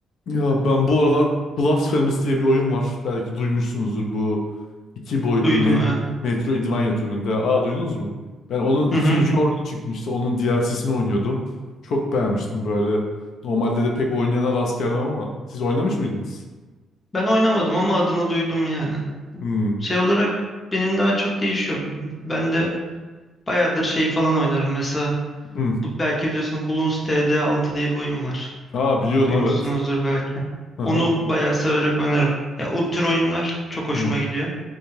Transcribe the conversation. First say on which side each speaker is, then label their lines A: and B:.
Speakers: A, on the left; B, on the left.
A: Ya ben bu aralar Blasphemous diye bir oyun var. Belki duymuşsunuzdur bu iki boyutlu
B: Duydum
A: me-
B: evet.
A: Metroidvania türünde. Aa duydunuz mu? Ben onun ikinci
B: Hı hı.
A: oyunu çıkmıştı. Onun DLC'sini oynuyordum. Çok beğenmiştim böyle. Normalde de pek oynayana rast gelmem ama. Siz oynamış mıydınız?
B: Ben oynamadım ama adını duydum yani.
A: Hmm.
B: Şey olarak benim daha çok değişiyor. Ben de bayağıdır şey falan oynarım mesela.
A: Hmm.
B: Bu, belki biliyorsunuz Bloons TD6 diye bir oyun var.
A: Aa biliyorum
B: Duymuşsunuzdur
A: evet.
B: belki.
A: Aha.
B: Onu bayağı severek oynarım. Ya o tür oyunlar çok hoşuma
A: Hmm.
B: gidiyor